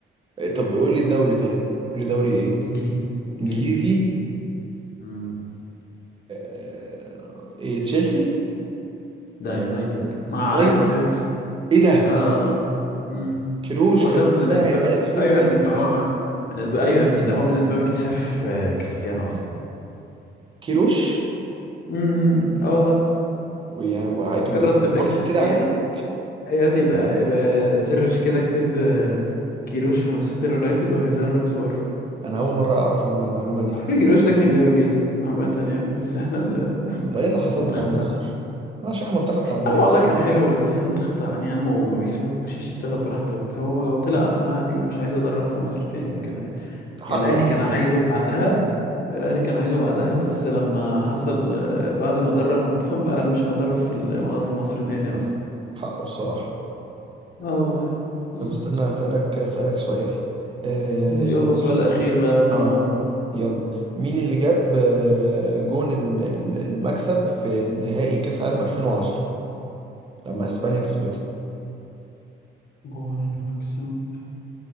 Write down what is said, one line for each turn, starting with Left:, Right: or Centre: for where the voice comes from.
Right: إيه، طب قول لي الدوري طيب قول لي دوري ايه
Left: إنجليزي إنجليزي
Right: انجليزي
Left: مم.
Right: آه، ايه تشيلسي
Left: لا يونايتد مع
Right: يونايتد
Left: أليكس فيرجسون
Right: ايه ده
Left: آه آه. آه. مم.
Right: كيروش
Left: هو
Right: كان
Left: سبب
Right: مساعد
Left: من أسباب
Right: اليكس
Left: اكت...
Right: فيكتور
Left: أيوه يا ابني هو من أسباب أيوه يا ابني ده هو من أسباب اكتشاف آه، كريستيانو أصلا
Right: كيروش
Left: امم اه والله
Right: ويا- وكان
Left: جرب
Right: بيلعب
Left: تبقى
Right: في مصر
Left: اكتب
Right: كده
Left: كي...
Right: عادي
Left: أيوة يا ابني بقى يبقى سرش كده اكتب آه، كيروش في مانشستر يونايتد وهيظهر لك صور
Right: انا اول مرة اعرف المعلومة دي
Left: على فكرة كيروش ده كان جامد جدا عامة يعني بس احنا ال-
Right: امال
Left: <laughs>
Right: ايه اللي حصل
Left: المنتخب
Right: له مع مصر
Left: تعبان
Right: عشان منتخب تعبان
Left: يا عم والله كان حلو بس احنا المنتخب تعبان يا عم وما بيسيبوش يشتغل براحته وبتاع هو هو طلع اصلا قاعد يقول مش عايز ادرب في مصر تاني وكده يعني
Right: حقه
Left: يعني الاهلي كان عايزه بعدها الاهلي كان عايزه بعدها بس لما حصل آه، بعد ما درب منتخب قال مش هيدرب في ال- في مصر تاني اصلا
Right: حقه الصراحة
Left: اه والله بالظبط
Right: طب استنى أسألك أسألك سؤال آه
Left: يلا سؤال
Right: مين-
Left: أخير بقى قبل
Right: آه
Left: ما أقوم
Right: يلا مين اللي جاب آه، جون ال- ال- المكسب في نهائي كأس عالم 2010 لما إسبانيا كسبته
Left: جون المكسب